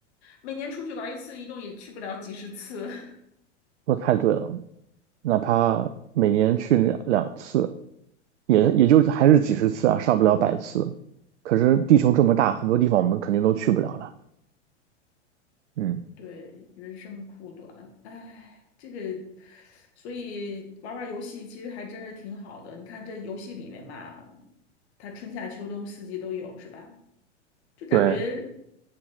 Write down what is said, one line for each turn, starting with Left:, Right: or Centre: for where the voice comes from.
Left: 每年出去玩儿一次，一共也去不了几十次。<laughs>
Right: 说得太对了。哪怕每年去两两次，也也就是还是几十次啊，上不了百次。可是地球这么大，很多地方我们肯定都去不了了。嗯，
Left: 对，人生苦短，哎，这个，所以玩玩游戏其实还真是挺好的。你看这游戏里面吧，它春夏秋冬四季都有，是吧？就感觉
Right: 对，